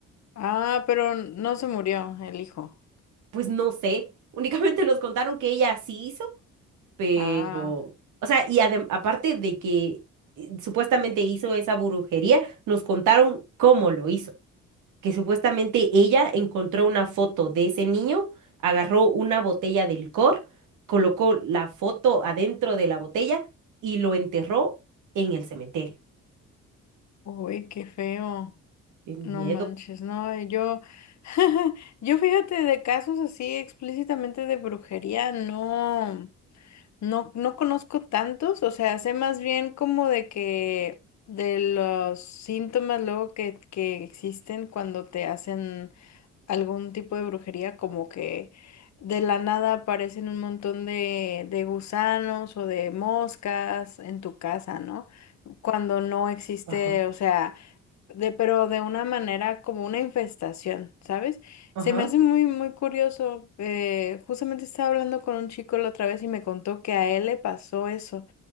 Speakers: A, on the left; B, on the right.
A: Ah, pero no se murió el hijo.
B: Pues no sé, únicamente nos contaron que ella sí hizo, pero,
A: Ah.
B: o sea, y adem- aparte de que eh, supuestamente hizo esa brujería, nos contaron cómo lo hizo. que supuestamente ella encontró una foto de ese niño, agarró una botella de licor, colocó la foto adentro de la botella y lo enterró en el cementerio.
A: Uy, qué feo.
B: ¡Qué miedo!
A: No manches, no, eh, yo, <laughs> yo fíjate de casos así explícitamente de brujería, no, no, no conozco tantos, o sea, sé más bien como de que de los síntomas luego que, que existen cuando te hacen algún tipo de brujería, como que de la nada aparecen un montón de, de gusanos o de moscas en tu casa, ¿no? Cuando no existe,
B: Ajá,
A: o sea de, pero de una manera como una infestación, ¿sabes?
B: ajá,
A: Se me hace muy, muy curioso. eh, justamente estaba hablando con un chico la otra vez y me contó que a él le pasó eso,